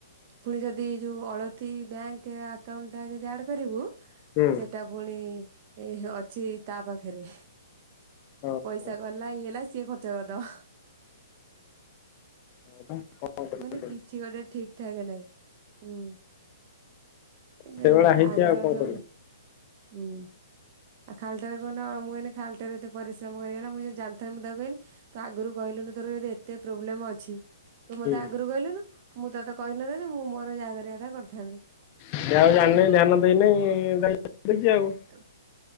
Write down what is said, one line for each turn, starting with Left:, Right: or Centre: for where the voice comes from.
Right: ପୁଣି ଯଦି ଯୋଉ ଅଳତି ବ୍ୟାଙ୍କ ଆକାଉଣ୍ଟ ଟା ଯଦି ଆଡ କରିବୁ
Left: ହୁଁ
Right: ସେଟା। ପୁଣି ଏ ଅଛି ତା ପାଖରେ।
Left: ହଁ
Right: ପଇସା
Left: ହଁ
Right: କଲା ଇଏ ହେଲା ସିଏ ଖର୍ଚ୍ଚ କରିଦବ।
Left: ହଁ ବା କଣ କରିବୁ
Right: ମାନେ କିଛି ଗୋଟେ ଠିକ ଠାକ ନାହିଁ ହୁଁ।
Left: ସେଇଭଳିଆ
Right: ଏଉ
Left: ହେଇଛି
Right: ପାଗଳ
Left: ଆଉ କଣ
Right: ସବୁ
Left: କରିବୁ।
Right: ହୁଁ। ଆଉ ଖାଲିଟାରେ କଣ ମୁଁ ଏମିତି ଖାଲିଟାରେ ଏତେ ପରିଶ୍ରମ କରିବା ମୁଁ ଜାଣିଥାଥିଲ ମୁଁ କନି। ତ ଆଗରୁ କହିଲୁନି ତୋର ଏ ଏତେ ପ୍ରୋବ୍ଲେମ୍ ଅଛି। ତୁ ମତେ
Left: ହୁଁ
Right: ଆଗରୁ କହିଲୁନୁ ମୁଁ ତୋତେ କହିନଥାନ୍ତି ମୁଁ ମୋର ଯାହା କରିବା କଥା କରିଥାନ୍ତି।
Left: ସେ ଆଉ ଜାଣିନି ଧ୍ୟାନ ଦେଇନାଇ ଗାଈ <unintelligible> ଆଉ।
Right: ତ